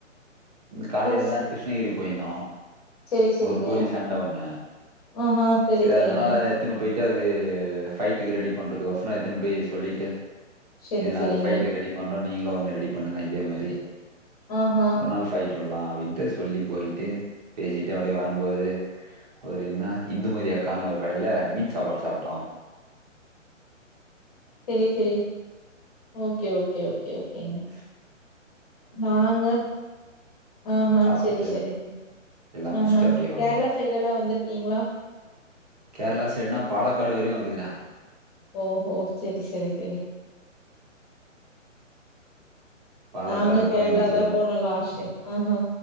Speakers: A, on the right; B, on the left.
A: ம்
B: அப்றோ
A: காலைலதா கிருஷ்ணகிரி போய்ருந்தோ.
B: செரி செரிங்க
A: ஒரு கோழி சண்ட ஒண்ணு.
B: ஆஹா
A: செரி
B: செரிங்க
A: அதனால எத்துன்னு போயிட்டு அது ஃபைட்டுக்கு ரெடி பண்றதுக்கொச ரோ எத்துன்னு போய் சொல்லிட்டு
B: செரி
A: இது நாங்க
B: செரிங்க
A: ஃபைட்டுக்கு ரெடி பண்றோ நீங்களு ஒண்ணு ரெடி பண்ணுங்க இதே மாரி.
B: ஆஹா
A: ஒரு நாள் விட்ருலா அப்டின்ட்டு சொல்லி போயிட்டு பேசிட்டு அப்டியே வரும்போது ஒரு என்னா இந்துமதி அக்கான்னு ஒரு கடைல மீன் சாப்பாடு சாப்ட்டோ.
B: செரி செரி ஓகே ஓகே ஓகே ஓகே ஓகேங்க
A: ம்,
B: நாங்க ஆஹா
A: சாப்புட்டு
B: செரி செரி
A: எல்லாம்
B: ஆஹா
A: முச்ட்டு அப்டியே வந்தோ.
B: கேரளா சைடெல்லா வந்திருக்கீங்களா
A: கேரளா சைடுனா பாலக்காடு வரையு வந்துக்கிறே.
B: ஓஹோ செரி செரி செரி
A: பாலக்காடு
B: நாங்க கேரளாதா
A: கோயம்புத்தூர்
B: போனோ லாஸ்ட் டைம். ஆ ஹா